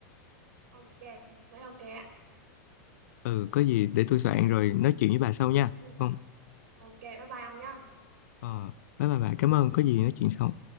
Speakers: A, on the right; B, on the left.
A: Ok, thấy ok á.
B: ừ có gì để tôi soạn rồi nói chuyện với bà sau nha
A: Ừ.
B: không
A: Ok, bye bye ông nhé.
B: ờ bye bye bà cảm ơn có gì nói chuyện sau